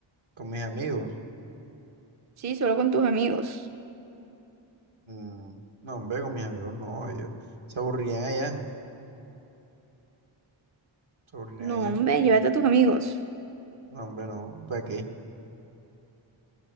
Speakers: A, on the right (about 75°); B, on the right (about 35°).
A: Con mis amigos,
B: Sí, solo con tus amigos.
A: mm, no, hombre, con mis amigos no, ellos se aburrían allá, se aburrían
B: No,
A: allá,
B: hombre, llévate a tus amigos.
A: no, hombre, no, ¿para qué?